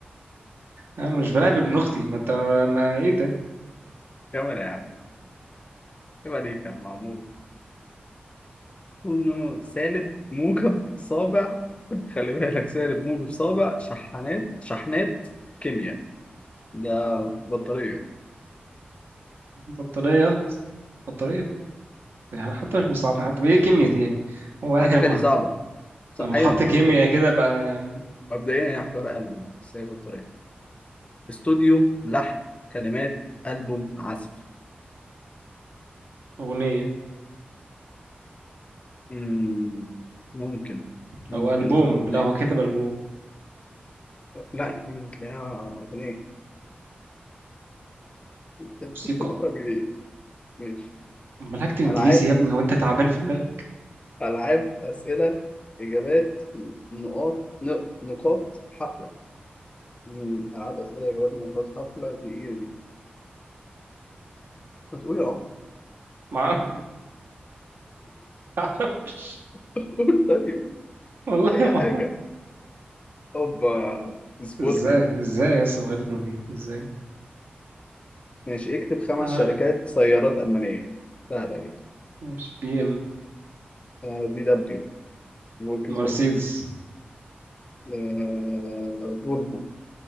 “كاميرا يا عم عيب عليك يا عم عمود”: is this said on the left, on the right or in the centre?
Left